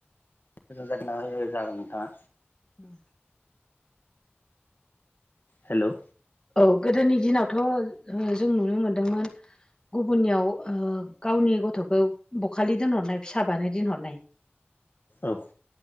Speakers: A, on the left; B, on the left.
A: मोजां जागोन नोंथांङा
B: अम
A: हेलौ
B: औ गोदोनि दिनावथ जों नुनो मोनदोंमोन गुबुननियाव ओ गावनि गथ'खौ बखालि दोनहरनाय फिसाबानो दोनहरनाय
A: औ